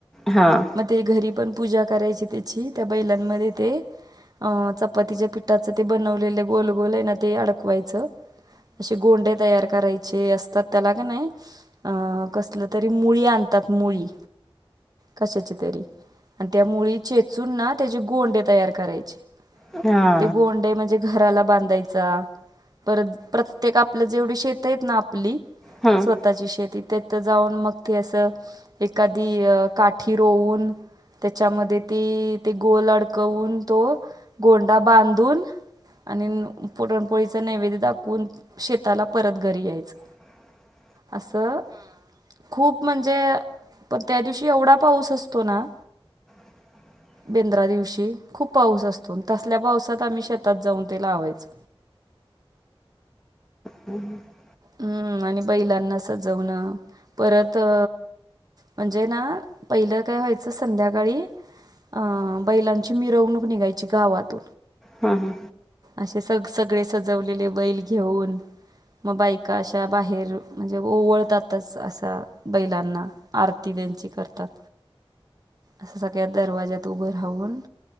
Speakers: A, in the centre; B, on the right.
A: हा आ
B: मग ते घरी पण पूजा करायची त्याची, त्या बैलांमध्ये ते- अं चपातीच्या पिठाचं ते बनवलेलं गोलगोल आहे ना ते अडकवायचं. असे गोंडे तयार करायचे. असतात त्याला का नाही कसलं तरी मुळी आणतात मुळी. कशाची तरी आणि त्या मुळी चेचून ना त्याचे गोंडे तयार करायचे.
A: हा
B: ते गोंडे म्हणजे घराला बांधायचा परत प्रत्येक आपलं जेवढी शेत आहेत ना आपली.
A: हम्म
B: स्वतःची शेती तेथ जाऊन मग ते असं एखादी, काठी रोउन त्यांच्यामध्ये ती ते गोल अडकवून तो गोंडा बांधून, आणि पुरणपोळीचं नैवेद्य दाखवून शेताला परत घरी यायचं‌.
A: ह <inaudible>
B: असं खुप म्हणजे प्रत्येक दिवशी एवढा पाऊस असतो ना.
A: ह <inaudible>
B: बेंद्रा दिवशी खूप पाऊस असतो. तसल्या पावसात आम्ही शेतात जाऊन ते लावायचो.
A: हम् ह <inaudible>
B: हम्म आणि बैलांना सजवणं परत अ म्हणजे ना पहिलं काय व्हायचं संध्याकाळी. आं बैलांची मिरवणूक निघायची गावात.
A: हा
B: अशे सगळे सजवलेले बैल घेऊन. मग बायका अशा बाहेर म्हणजे ओवाळतातच असा बैलांना आरती त्यांची करतात. असं सगळ्या दरवाज्यात उभा राहून